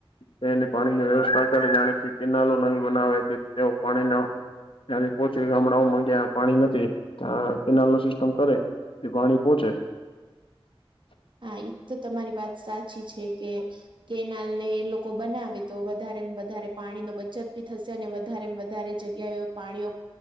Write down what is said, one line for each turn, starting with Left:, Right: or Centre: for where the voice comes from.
Left: તેની પાણીની વ્યવસ્થા કરે જાણે કે કેનાલો નવી બનાવે છે તેઓ પાણીનો ત્યાં બી પોહંચે ગામડાઓમાં ગ્યા પાણી નથી. ત્યાં કેનાલનો સિસ્ટમ કરે એ પાણી પોહોંચે.
Right: હા એજ તો તમારી વાત સાચી છે કે કેનાલ ને એ લોકો બનાવે તો વધારે-વધારે પાણી ન બચત ભી થશે અને વધારે-વધારે જ ગ્યા એ પાણીઓ